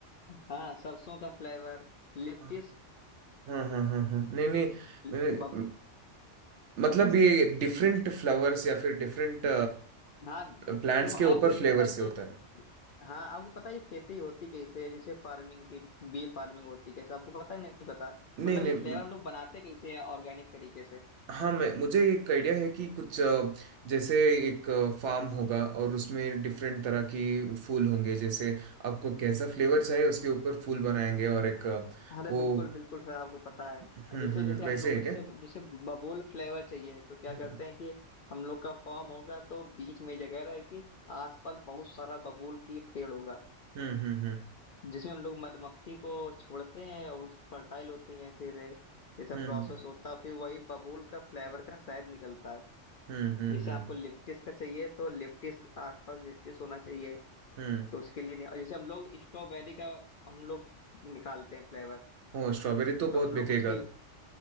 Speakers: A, on the left; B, on the right.
A: हाँ सरसों का फ्लेवर लिप्टिस
B: हाँ हाँ हाँ हाँ हाँ। नहीं नहीं मैंने-
A: बब
B: मतलब ये डिफरेंट फ्लावर्स या फिर डिफरेंट
A: हाँ देखो
B: प्लांट्स के
A: आपको
B: ऊपर
A: ये
B: फ्लेवर
A: पता है कि
B: से होता है
A: हाँ आपको पता है ये खेती होती कैसे है जैसे फार्मिंग की बी फार्मिंग होती कैसे आपको पता है नहीं पता
B: नहीं
A: मतलब
B: नहीं
A: ये फ्लेवर
B: म-
A: हम लोग बनाते कैसे हैं ऑर्गेनिक तरीके से
B: हाँ मैं मुझे एक आइडिया है कि कुछ अ, जैसे एक फार्म होगा और उसमें डिफरेंट तरह की फूल होंगे जैसे आपको कैसा फ्लेवर चाहिए उसके ऊपर फूल बनाएंगे और एक अ,
A: अरे
B: वो
A: बिल्कुल बिल्कुल सर आपको पता है
B: हम्म
A: जैसे
B: हम्म
A: जैसे
B: वैसे
A: हम लोग
B: है
A: को
B: क्या
A: जैसे जैसे बबूल फ्लेवर चाहिए तो क्या
B: हम्म
A: करते हैं कि हम लोग का फॉर्म होगा तो बीच में जगह रहेगी आसपास बहुत सारा बबूल की पेड़ होगा
B: हम्म हम्म
A: जिसमें हम लोग मधुमक्खी को छोड़ते हैं और फर्टाइल होती हैं फिर ये सब
B: हम्म
A: प्रोसेस होता है फिर वही बबूल का फ्लेवर का शहद निकलता है
B: हम्म हम्म
A: जैसे
B: हम्म हम्म
A: आपको लिप्टिस का चाहिए तो लिप्टिस आसपास लिप्टिस होना चाहिए
B: हम्म।
A: तो उसके लिए नहीं- और जैसे हम लोग स्ट्रॉबेरी का हम लोग निकालते हैं फ्लेवर
B: हाँ स्ट्रॉबेरी तो बहुत
A: तो हम
B: बिकेगा
A: लोग उसके